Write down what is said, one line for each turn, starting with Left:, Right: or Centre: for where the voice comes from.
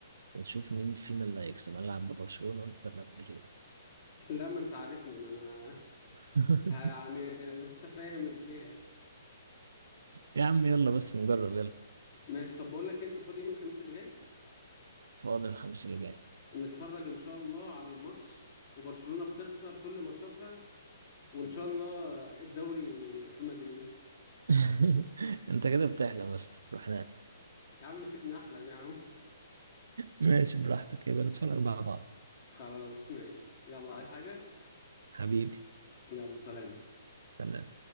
Right: ونشوف مين فينا اللي هيكسب انا العب ببرشلونة وانت تلعب بالريال
Left: لا ما انت عارفني ما انا
Right: <laughs>
Left: يعني انت فاهم اللي فيها
Right: يا عم يلا بس نجرب يلا
Left: ماشي طب بقول لك إيه، انت فاضي يوم الخميس اللي جاي
Right: فاضل الخميس اللي جاي
Left: نتفرج ان شاء الله على الماتش وبرشلونة بتخسر كل ماتشاتها وان شاء الله الدوري في مدريد
Right: <laughs> انت كده بتحلم بس روح نام
Left: <laughs> يا عم سيبني احلم يا عم
Right: ماشي براحتك يبقى نتفرج مع بعض
Left: خلاص ماشي يلا عايز حاجة
Right: حبيبي
Left: يلا سلام
Right: سلام